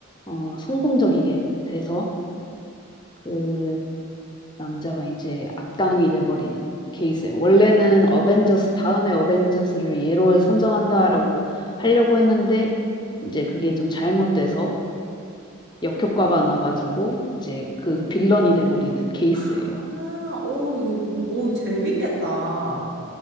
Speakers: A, on the left; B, on the right.
A: 어, 성공적이게 돼서 그 남자가 이제 악당이 돼버리는 케이스예요. 원래는 어벤져스, 다음에 어벤져스를 얘로 선정한다라고 하려고 했는데, 이제 그게 좀 잘못돼서 역효과가 나가지고, 이제 그 빌런이 돼버리는 케이스예요.
B: 아, 오, 요- 오, 재밌겠다.